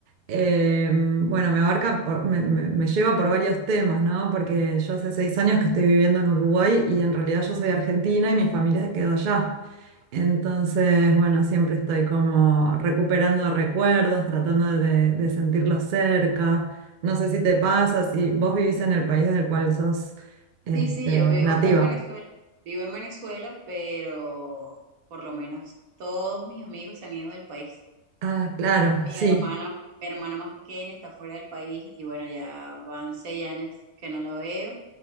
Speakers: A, on the right; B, on the right.
A: eh, bueno, me abarca, por- me, me- me lleva por varios temas, ¿no? Porque yo hace seis años que estoy viviendo en Uruguay y en realidad yo soy argentina y mi familia se quedó allá. Entonces, bueno, siempre estoy como recuperando recuerdos, tratando de, de sentirlos cerca. No sé si te pasa, si vos vivís en el país del cual sos este,
B: Sí, sí, yo vivo
A: nativa.
B: acá en Venezuela, vivo en Venezuela, pero por lo menos todos mis amigos se han ido del país.
A: Ah, claro,
B: Mi
A: sí,
B: hermana, mi hermana más pequeña está fuera del país y bueno, ya van seis años que no la veo